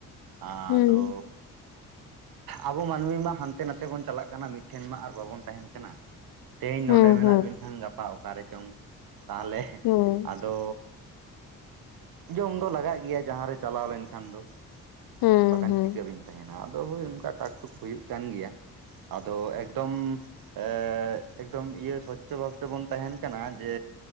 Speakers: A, on the right; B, on the left.
A: ᱟᱫᱚ
B: ᱦᱩᱸ
A: ᱟᱵᱚ ᱢᱟᱹᱱᱢᱤ ᱢᱟ ᱦᱟᱱᱛᱮ ᱱᱟᱛᱮ ᱵᱚᱱ ᱪᱟᱞᱟᱜ ᱠᱟᱱᱟ, ᱢᱤᱫᱴᱷᱮᱱ ᱢᱟ ᱟᱨ ᱵᱟᱵᱚᱱ ᱛᱟᱦᱮᱱ ᱠᱟᱱᱟ ᱾ ᱛᱮᱦᱮᱧ
B: ᱦᱩᱸ
A: ᱱᱚᱰᱮ ᱢᱮᱱᱟᱜ
B: ᱦᱩᱸ
A: ᱵᱤᱱ ᱠᱷᱟᱱ ᱜᱟᱯᱟ ᱚᱠᱟᱨᱮ ᱪᱚᱝ ᱾ ᱛᱟᱦᱚᱞᱮ
B: ᱦᱩᱸ
A: ᱟᱫᱚ ᱡᱚᱢ ᱫᱚ ᱞᱟᱜᱟᱜ ᱜᱮᱭᱟ ᱡᱟᱦᱟᱸᱨᱮ ᱪᱟᱞᱟᱣ ᱞᱮᱱᱠᱷᱟᱱ ᱫᱚ ᱾
B: ᱦᱩᱸ
A: ᱵᱟᱠᱷᱟᱱ
B: ᱦᱩᱸ
A: ᱪᱤᱠᱟᱹᱵᱤᱱ ᱛᱟᱦᱮᱱᱟ ᱾ ᱟᱫᱚ ᱦᱳᱭ ᱚᱱᱠᱟ ᱴᱟᱠ ᱴᱩᱠ ᱦᱩᱭᱩᱜ ᱠᱟᱱ ᱜᱮᱭᱟ ᱾ ᱟᱫᱚ ᱮᱠᱫᱚᱢ ᱮᱸᱻ ᱮᱠᱫᱚᱢ ᱤᱭᱟᱹ ᱥᱚᱪᱷ ᱪᱟᱵᱟ ᱠᱟᱛᱮᱜ ᱵᱚᱱ ᱛᱟᱦᱮᱱ ᱠᱟᱱᱟ, ᱡᱮ